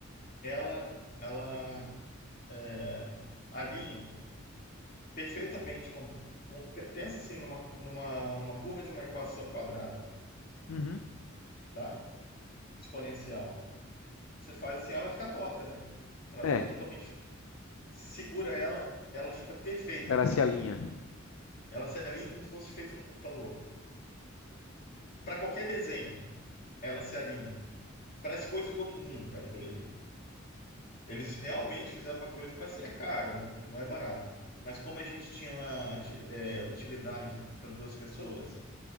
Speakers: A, on the left; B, on the left.
A: ela, ela é, alinha perfeitamente. Como, um- pe- pensa assim numa, numa, numa curva de uma equação quadrada,
B: Uhum.
A: tá? Exponencial. Você faz assim, ela vai ficar torta, né? Ela
B: É.
A: vai ficar totalmente. Se segura ela, ela fica perfeita.
B: ela Gracialinha.
A: Ela se alinha como se fosse feito no computador. Para qualquer desenho. ela se alinha. Parece coisa do outro mundo, cara, aquilo ali. Eles realmente fizeram uma coisa para ser é caro, né? Não é barato. Mas como a gente tinha ati- é, utilidade para duas pessoas,